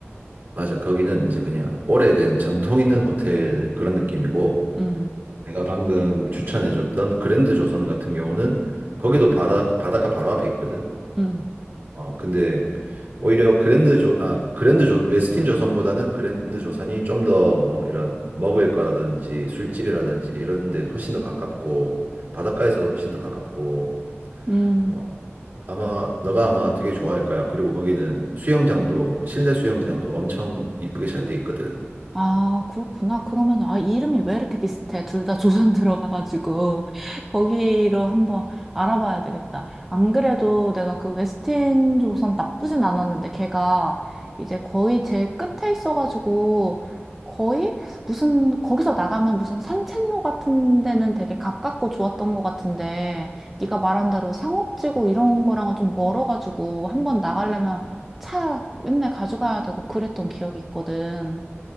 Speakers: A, on the right (about 55°); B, in the centre.
A: 맞아. 거기는 이제 그냥 오래된 전통 있는 호텔 그런 느낌이고
B: 음,
A: 내가 방금 추천해줬던 그랜드 조선 같은 경우는 거기도 바다, 바닷가 바로 앞에 있거든.
B: 음,
A: 어, 근데 오히려 그랜드 조, 아, 그랜드 조, 웨스틴 조선보다는 그랜드 조선이 좀 더 뭐 이런 먹을 거라든지 술집이라든지 이런 데 훨씬 더 가깝고 바닷가에서도 훨씬 더 가깝고
B: 음.
A: 어, 아마 너가 아마 되게 좋아할 거야. 그리고 거기는 수영장도 실내 수영장도 엄청 이쁘게 잘 돼 있거든.
B: 아, 그렇구나. 그러면, 아, 이 이름이 왜 이렇게 비슷해? 둘 다 조선 들어가가지고, <laughs> 거기로 한번 알아봐야 되겠다. 안 그래도 내가 그 웨스틴 조선 나쁘진 않았는데, 걔가 이제 거의 제일 끝에 있어가지고, 거의 무슨, 거기서 나가면 무슨 산책로 같은 데는 되게 가깝고 좋았던 것 같은데, 네가 말한 대로 상업지구 이런 거랑은 좀 멀어가지고, 한번 나가려면 차 맨날 가져가야 되고 그랬던 기억이 있거든.